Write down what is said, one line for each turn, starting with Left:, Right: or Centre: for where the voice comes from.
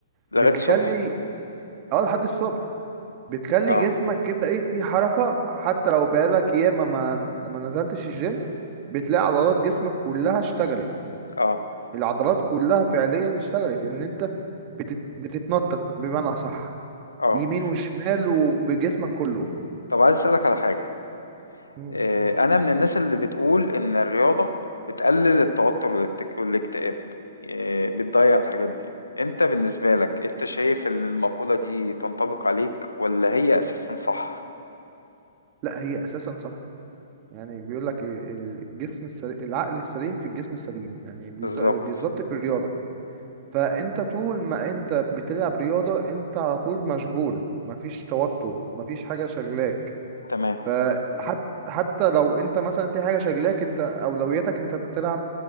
Left: لغاية
Right: بتخلي
Left: الصبح.
Right: اه لحد الصبح بتخلي
Left: آه،
Right: جسمك كده ايه في حركة حتى لو بقالك ياما ما ما نزلتش الجيم بتلاقي عضلات جسمك كلها اشتغلت
Left: آه،
Right: العضلات كلها فعليا اشتغلت ان انت بتت... بتتنطط بمعنى اصح
Left: آه.
Right: يمين وشمال وبجسمك كله
Left: طب عايز أسألك على حاجة
Right: مم.
Left: آه، أنا من الناس اللي بتقول إن الرياضة بتقلل التوتر والاكت- والاكتئاب آه، بتضيع الحاجات دي أنت بالنسبة لك أنت شايف إن المقولة دي تنطبق عليك ولا هي أساسا صح؟
Right: لا هي اساسا صح يعني بيقول لك الجسم السليم العقل السليم في الجسم السليم يعني بيز-
Left: بالظبط
Right: بالظبط في الرياضة فانت طول ما انت بتلعب رياضة انت على طول مشغول مفيش توتر مفيش حاجة شغلاك
Left: تمام
Right: فحتى حتى لو انت مثلا في حاجة شغلاك انت اولوياتك انت بتلعب